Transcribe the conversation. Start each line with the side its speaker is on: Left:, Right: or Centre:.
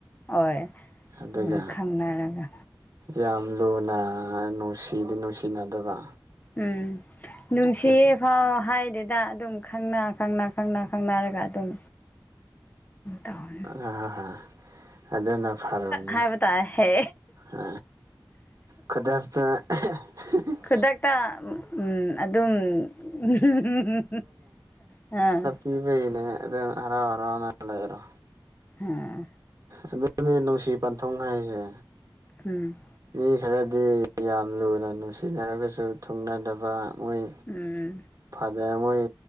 Left: ꯍꯣꯏ
Right: ꯑꯗꯨꯒ
Left: ꯌꯥꯝ ꯈꯪꯅꯔꯒ
Right: ꯌꯥꯝ ꯂꯨꯅ ꯅꯨꯡꯁꯤꯗꯤ ꯅꯨꯡꯁꯤꯅꯗꯕ
Left: ꯎꯝ ꯅꯨꯡꯁꯤꯌꯦ
Right: ꯆꯠꯁꯦ
Left: ꯐꯥꯎ ꯍꯥꯏꯗꯦꯗ ꯑꯗꯨꯝ ꯈꯪꯅ ꯈꯪꯅ ꯈꯪꯅ ꯈꯪꯅꯔꯒ ꯑꯗꯨꯝ ꯇꯧꯋꯦ
Right: ꯑ ꯍꯥ ꯍꯥ ꯑꯗꯨꯅ ꯐꯔꯕꯅꯦ
Left: ꯍꯥꯏꯕ ꯇꯥꯔꯦ ꯍꯦ
Right: ꯑ ꯈꯨꯗꯛꯇ ꯑꯦꯍꯦ ꯍꯦ ꯍꯦ
Left: ꯈꯨꯗꯛꯇ ꯎꯝ ꯑꯗꯨꯝ ꯎꯝ ꯍꯨꯝ ꯍꯨꯝ ꯍꯨꯝ
Right: ꯄꯤꯕꯩꯅꯦ ꯑꯗꯨ ꯍꯔꯥꯎ ꯍꯔꯥꯎꯅ ꯂꯩꯔꯣ
Left: ꯍꯥꯥ
Right: ꯑꯗꯨꯅꯦ ꯅꯨꯡꯁꯤ ꯄꯟꯊꯨꯡ ꯍꯥꯏꯁꯦ
Left: ꯎꯝ
Right: ꯃꯤ ꯈꯔꯗꯤ ꯌꯥꯝ ꯂꯨꯅ ꯅꯨꯡꯁꯤꯅꯔꯒꯁꯨ ꯊꯨꯡꯅꯗꯕ ꯃꯣꯏ
Left: ꯎꯝ
Right: ꯐꯥ ꯑꯗꯩ ꯃꯣꯏ